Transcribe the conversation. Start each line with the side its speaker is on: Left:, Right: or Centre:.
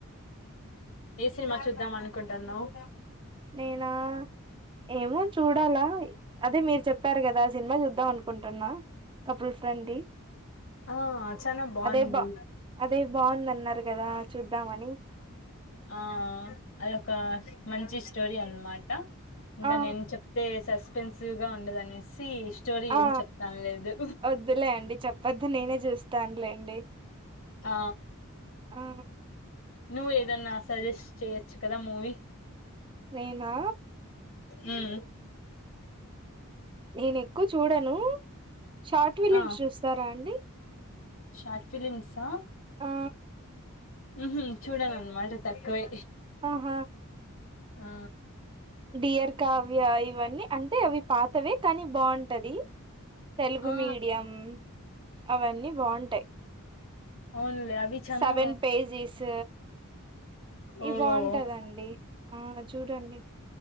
Left: ఏ సినిమా చూద్దాం అనుకుంటాన్నావ్
Right: నేనా ఏమో చూడాలా అదే మీరు చెప్పారు కదా సినిమా చూద్దాం అనుకుంటున్న కపుల్ ఫ్రెండ్లీ
Left: ఆ చానా బాగుంది
Right: అదే బా అదే బాగుందన్నారు కదా చూద్దామని
Left: ఆ అదొక మంచి స్టోరీ అన్నమాట ఇంకా
Right: ఆ
Left: నేను చెప్తే సస్పెన్సివ్ గా ఉండదనేసి స్టోరీ
Right: ఆ
Left: ఏం చెప్తాను లేదు
Right: వద్దులే అండి చెప్పద్దు నేనే చూస్తానులేండి
Left: ఆ
Right: ఆ
Left: నువ్వ ఏదన్నా సజెస్ట్ చెయొచ్చు కదా మూవీ
Right: నేనా
Left: హ్మ్మ్
Right: నేను ఎక్కువ చూడను షార్ట్ ఫిలిమ్స్
Left: ఆ
Right: చూస్తారా అండి
Left: షార్ట్ ఫిలిమ్సా
Right: ఆ
Left: ఉహామ్ చూడనానమటే తక్కువే
Right: ఆ
Left: ఆ
Right: డియర్ కావ్య ఇవన్నీ అంటే అవి పాతవే కానీ బాగుంటది తెలుగు
Left: ఆ
Right: మీడియం అవన్నీ బాగుంటాయి
Left: అవునులే అవి చానా
Right: సెవెన్ పేజీస్ ఈ
Left: ఓ
Right: బాగుంటదండి ఆ చూడండి